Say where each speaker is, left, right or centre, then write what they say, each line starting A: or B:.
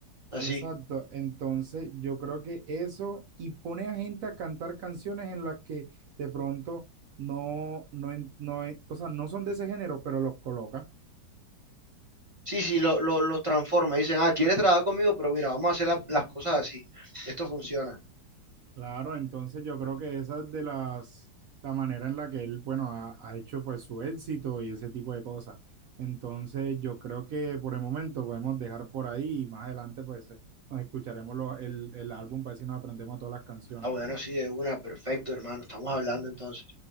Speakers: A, on the right; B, on the right.
A: así.
B: Exacto. Entonces, yo creo que eso y pone a gente a cantar canciones en las que de pronto no, no, en- no, en- o sea, no son de ese género, pero los coloca.
A: Sí, sí, lo, lo, los transforma. Dicen, ah, ¿quieres trabajar conmigo? Pero mira, vamos a hacer la- las cosas así. Esto funciona.
B: Claro, entonces yo creo que esa es de las, la manera en la que él, bueno, ha, ha hecho pues su éxito y ese tipo de cosas. Entonces yo creo que por el momento podemos dejar por ahí y más adelante pues eh, nos escucharemos lo- el, el álbum para ver si nos aprendemos todas las canciones.
A: Ah, bueno, sí, de una, perfecto, hermano. Estamos hablando entonces.